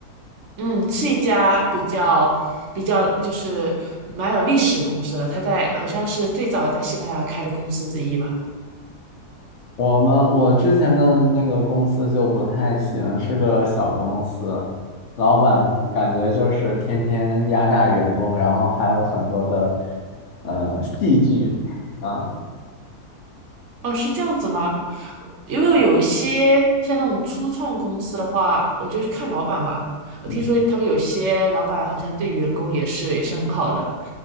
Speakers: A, on the right; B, on the left.
A: 嗯，是一家比较比较就是蛮有历史的公司了，它在好像是最早在西班牙开的公司之一吧。
B: 我们我之前的那个公司就不太行，是个小公司，老板感觉就是天天压榨员工，然后还有很多的呃戏剧啊，
A: 哦，是这样子吗？因为有一些像那种初创公司的话，我觉得是看老板吧。我听说他们有些老板好像对员工也是也是很好的，
B: 嗯，